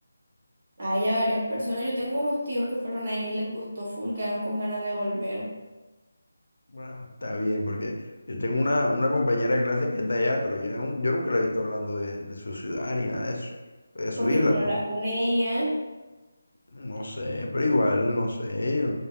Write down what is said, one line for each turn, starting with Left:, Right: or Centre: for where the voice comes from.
Right: Hay a varias personas, yo tengo unos tíos que fueron ahí y les gustó full, quedaron con ganas de volver.
Left: Bueno, está bien, porque yo tengo una, una compañera de clase que es de allá, pero ya nun- yo nunca la he visto hablando de, de su ciudad ni nada de eso, de su
Right: Porque
Left: isla,
Right: tú no
Left: pues.
Right: hablas con ella.
Left: No sé, pero igual, no sé.